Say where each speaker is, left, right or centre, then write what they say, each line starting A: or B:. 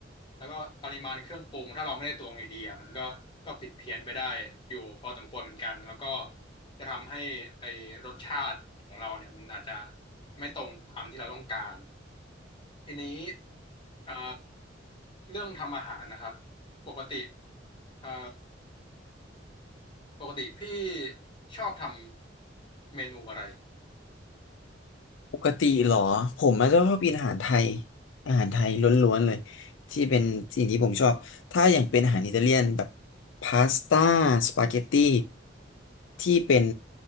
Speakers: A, on the left (about 25°); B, on the left (about 80°).
A: แล้วก็ปริมาณเครื่องปรุงถ้าเราไม่ได้ตวงไอเดียมันก็ก็ผิดเพี้ยนไปได้อยู่พอสมควรเหมือนกันแล้วก็จะทำให้ไอรสชาติของเราเนี่ยมันอาจจะไม่ตรงตามที่เราต้องการทีนี้เอ่อเรื่องทำอาหารนะครับปกติเอ่อปกติพี่ชอบทำเมนูอะไร
B: ปกติเหรอผมมันก็ชอบกินอาหารไทยอาหารไทยล้วนๆเลยที่เป็นสิ่งที่ผมชอบถ้าอย่างเป็นอาหารอิตาเลียนแบบพาสต้าสปาเกตตี้ที่เป็น